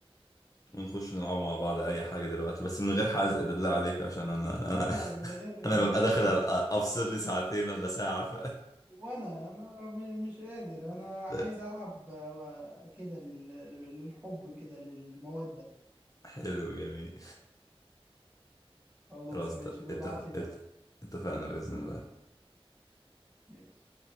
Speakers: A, on the left; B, on the right.
A: ونخش نلعب مع بعض أي حاجة دلوقتي بس من غير حزق بالله عليك عشان أنا
B: لا
A: أنا,
B: لا من
A: <laughs>
B: غير
A: أنا
B: من
A: ببقى
B: غير
A: داخل
B: حز
A: أفصل لي ساعتين ولا ساعة ف...
B: وانا انا م- مش قادر انا عايز
A: <laughs>
B: العب آه، كده لل- للحب كده للمودة
A: حلو جميل
B: خلاص
A: خلاص
B: ماشي
A: ت-
B: بقى
A: اتفق...
B: ابعت لي بقى
A: ات- اتفقنا بإذن الله
B: ماشي